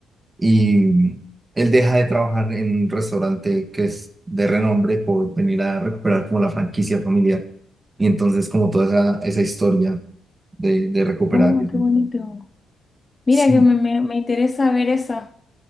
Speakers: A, on the right; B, on the left.
A: Y él deja de trabajar en un restaurante que es de renombre por venir a recuperar como la franquicia familiar. Y entonces como toda esa, esa historia de, de recuperar.
B: Oh,
A: eso.
B: qué bonito. Mira
A: Sí,
B: que me, me- me interesa ver eso.